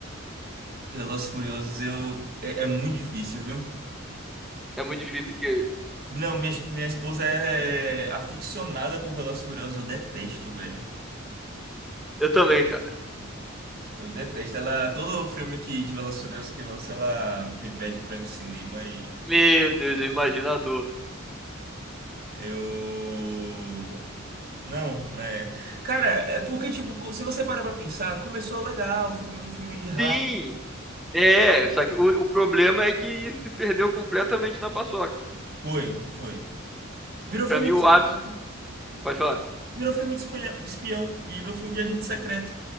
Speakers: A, on the right; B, in the centre.
A: Velozes e Furiosos, eu... É, é muito difícil, viu?
B: É muito difícil que.
A: Não, minha, minha esposa é é aficionada por Velozes e Furiosos, eu detesto, velho.
B: Eu também, cara.
A: Eu detesto. Ela, todo filme que, de Velozes e Furiosos que lança, ela me pede pra ir no cinema e...
B: Meu Deus, eu imagino a dor.
A: Eu... Não, é... Cara, é porque, tipo, co- se você parar pra pensar, começou legal, o filme, o filme de raça.
B: Sim! É, só que o, o problema é que se perdeu completamente na paçoca.
A: Foi, foi. Virou filme
B: Pra mim,
A: de
B: o
A: espião,
B: ápice. Pode falar.
A: virou filme de espanha- de espião, virou filme de agente secreto.